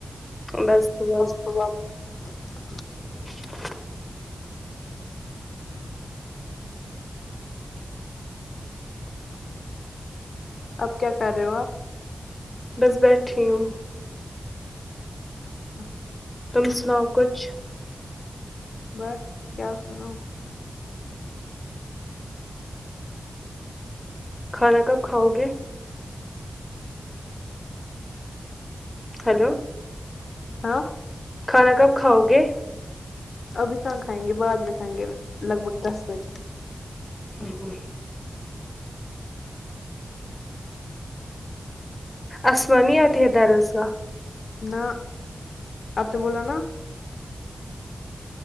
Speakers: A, on the left; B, on the left.
A: بس دعا
B: ہوا <inaudible>
A: <inaudible>
B: اب کیا کر رہے ہو آپ
A: بس بیٹھی ہوں
B: اچھا
A: تم سناؤ کچھ
B: بس کیا سناؤں
A: کھانا کب کھاؤ گے ہلو
B: ہاں
A: کھانا کب کھاؤ گے
B: ابھی کہاں کھائیں گے بعد میں کھائیں گے لگ بھگ دس بجے
A: وں ہوں اسما نہیں اے تھے درسگاہ
B: نہ اب تو بولا نا